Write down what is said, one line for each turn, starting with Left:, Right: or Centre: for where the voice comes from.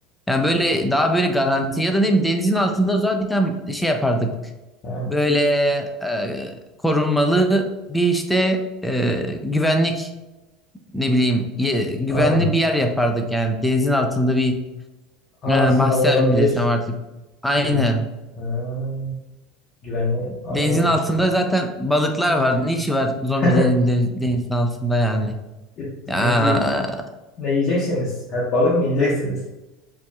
Centre: Yani böyle daha böyle garanti ya da ne bileyim denizin altında o zaman bir tane şey yapardık.
Left: He.
Centre: Böyle e, korunmalı bir işte e, güvenlik ne bileyim ye- güvenli
Left: Ha.
Centre: bir yer yapardık. Yani denizin altında bir
Left: Ha,
Centre: e,
Left: aslında
Centre: mahzen
Left: olabilir.
Centre: mi desem artık. Aynen.
Left: Güven. Ha. Güvenli alan
Centre: Denizin
Left: oluşturuldu.
Centre: altında zaten balıklar var. Ne işi var zombilerin
Left: <laughs>
Centre: de- denizin altında yani.
Left: E,
Centre: Ya
Left: Peki ne yiyeceksiniz? Hep balık mı yiyeceksiniz?